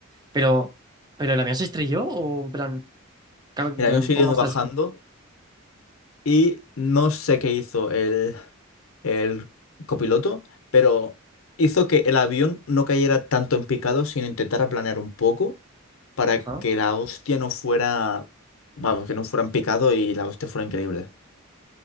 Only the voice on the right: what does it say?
Pero, ¿pero el avión se estrelló o en plan, ca- en
plan,
¿cómo estás?
Ajá,